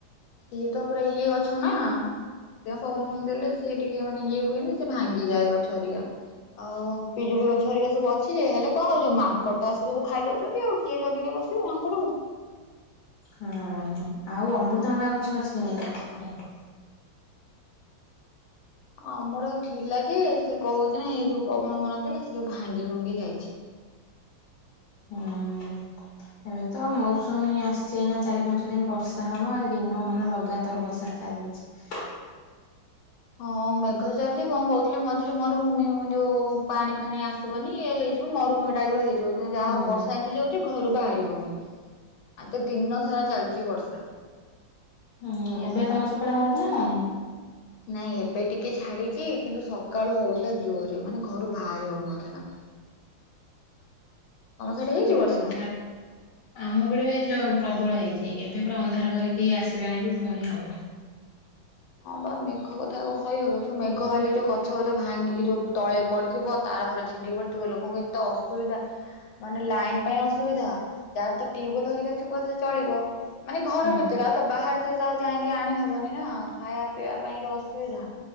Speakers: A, on the left (about 80°); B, on the left (about 65°).
A: ଇଏ ତ ପୁରା ଇଏ ଗଛ ନାଁ। ସେଥିପାଇଁ ପବନ ଫବନ ଦେଲେ ସେ ଟିକେ ମାନେ ଇଏ ହୁଏନି ସେ ଭାଙ୍ଗିଯାଏ ଗଛ ହେରିକା। ଆଉ ପିଜୁଳି ଗଛ ହରିକା ସବୁ ଅଛି ଯେ ହେଲେ କଣ ହବ ମାଙ୍କଡ ତ ଆସିକି ସବୁ ଖାଇ ଦଉଚନ୍ତି ଆଉ। କିଏ ଜଗିକି ବସିବ ମାଙ୍କଡ଼କୁ।
B: ହଁ ଆଉ ଅମୃତଭଣ୍ଡା ଗଛ ଅଛି କି ନାଇଁ ତମର ସେପଟେ?
A: ଆମର ଥିଲା ଯେ ସେ କଣ ହଉଛି ନାଁ ଏଇ ଯୋଉ ପବନ ପବନ ଥିଲା ସେ ଯୋଉ ଭାଙ୍ଗି ଭୁଙ୍ଗି ଯାଇଛି।
B: ହୁଁ ଏବେ ତ ମୌସୁମୀ ଆସଚି ଏନା ଚାରି ପାଞ୍ଚ କେତେଦିନି ବର୍ଷା ହବ ଆଜି ଦିନ ମାନ ଲଗାତାର ବର୍ଷା ଚାଲିଛି।
A: ହଁ ମେଘ ଚାଲିଚି କଣ କହୁଥିଲି ମଝିରେ ମରୁଭୂମି ଯୋଉ ପାଣି ଫାଣି ଆସି ଯିବନି ଇ ହେଇଯିବ ମରୁଭୂମି ଟାଇପ୍ ର ହେଇଯିବ। ତୁ ଯାହା
B: ହୁଁ
A: ହଉ ବର୍ଷା ଏମିତି ଯାଉଚି ଘରୁ ବାହାରି ହଉନି ଆଉ ତ ଦିନ ସାରା ଚାଲିଚ ବର୍ଷା।
B: ହୁଁ ଏବେ ତମ ସେପଟେ ହଉଛି ନାଁ ହଉନି?
A: ନାଇଁ ଏବେ ଟିକେ ଛାଡିଚି କିନ୍ତୁ ସକାଳୁ ହଉଥିଲା ଜୋରେ ମାନେ ଘରୁ ବାହାରି ହଉନଥିଲା। <inaudible> ସେଠି ହେଇଛି
B: ଏବେତ
A: ବର୍ଷା?
B: ଅନ୍ଧାର। ଆମ ପଟେ ବି ପ୍ରବଳ ହେଇଛି ଏବେ ପୁରା ଅନ୍ଧାର କରିକି ଆସିଲାଣି ବି ପୁଣି ହବ।
A: ହଁ ବା ମେଘ କଥା କଣ କହିହବ ଯୋଉ ମେଘ ହେଲେ ଯୋଉ ଗଛ ପଛ ଭାଙ୍ଗିକି ଯୋଉ ତଳେ ପଡିଥିବ। ତାର ଘରେ ଛିଣ୍ଡିପଡୁଥିବ ଲୋକଙ୍କୁ ଏତେ ଅସୁବିଧା। ମାନେ ଲାଇନ୍ ପାଇଁ ଅସୁବିଧା ଯାହାର ତ ଟ୍ୟୁବଲ ହରୀକା ଥିବ ସେ ଚଳିବ। ମାନେ ଘର
B: ହୁଁ
A: ଭିତରେ ଆଉ ତ ବାହାରେ ଥିଲେ ତ ଆଉ ଯାଇକି ଆଣି ହବନି ନାଁ। ଖାଇବା ପିଇବା ପାଇଁ ଯଉ ଅସୁବିଧା।